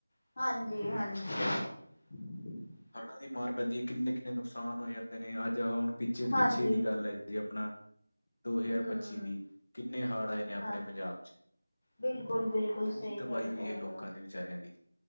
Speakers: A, on the left (about 25°); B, on the left (about 45°).
A: ਹਾਂਜੀ-ਹਾਂਜੀ।
B: ਹੜਾਂ ਦੀ ਮਾਰ ਪੈਂਦੀ ਕਿੰਨੇ-ਕਿੰਨੇ ਨੁਕਸਾਨ ਹੋ ਜਾਂਦੇ ਨੇ। ਅੱਜ ਹੁਣ ਪਿੱਛੇ-ਪਿੱਛੇ
A: ਹਾਂਜੀ
B: ਦੀ ਗੱਲ ਐ ਜੇ ਆਪਣਾ ਦੋ ਹਜ਼ਾਰ
A: ਹੂੰ
B: ਪੱਚੀ ਦੀ ਕਿੰਨੇ ਹਾੜ ਆਏ ਨੇ ਅਪਣੇ
A: ਹਾਂ।
B: ਪੰਜਾਬ ਚ।
A: ਬਿਲਕੁਲ, ਬਿਲਕੁਲ
B: ਕਿੰਨੀ
A: ਸਹੀ
B: ਤਬਾਹੀ
A: ਗੱਲ
B: ਹੋਈ
A: ਕਹਿ
B: ਐ ਲੋਕਾਂ
A: ਰਹੇ ਹੋ
B: ਦੇ ਵਿਚਾਰੇਆਂ ਦੀ